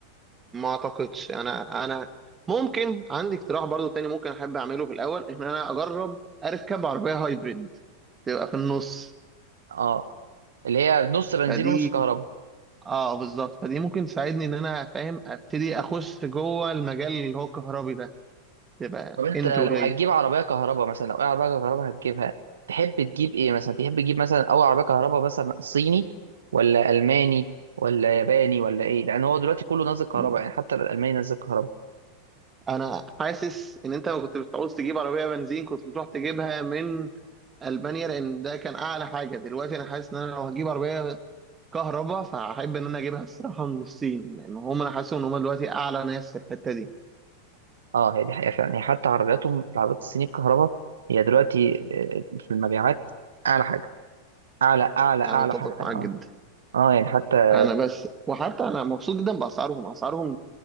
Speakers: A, on the right; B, on the right.
A: ما اعتقدش انا انا ممكن عندي اقتراح برضو تاني ممكن احب اعمله في الاول ان انا اجرب اركب عربيه هايبريد تبقى في النص
B: اه اللي هي نص بنزين
A: فدي
B: ونص كهرباء
A: اه آه، بالظبط فدي ممكن تساعدني ان انا فاهم ابتدي اخش جوه المجال اللي هو الكهربي ده تبقى
B: طب انت
A: انترو
B: لو
A: ليا
B: هتجيب عربيه كهرباء مثلا لو اي عربيه كهرباء هتجيبها تحب تجيب ايه مثلا تحب تجيب مثلا اول عربيه كهرباء مثلا صيني ولا الماني ولا ياباني ولا ايه لان هو دلوقتي كله نازل كهرباء
A: مم.
B: يعني حتى الالماني نازل كهرباء
A: انا حاسس ان انت لو كنت بتعوز تجيب عربيه بنزين كنت بتروح تجيبها من المانيا لان ده كان اعلى حاجه دلوقتي انا حاسس ان انا لو هجيب عربيه كهرباء فهحب ان انا اجيبها الصراحه من الصين لان هم انا حاسس ان هم دلوقتي اعلى ناس في الحته دي
B: اه هي دي حقيقه فعلا هي حتى عربياتهم العربيات الصيني الكهرباء هي دلوقتي آه، في المبيعات اعلى حاجه اعلى اعلى اعلى
A: انا متفق
B: حاجه اه
A: معاك جدا
B: اه يعني حتى
A: انا بس وحتى انا مبسوط جدا باسعارهم اسعارهم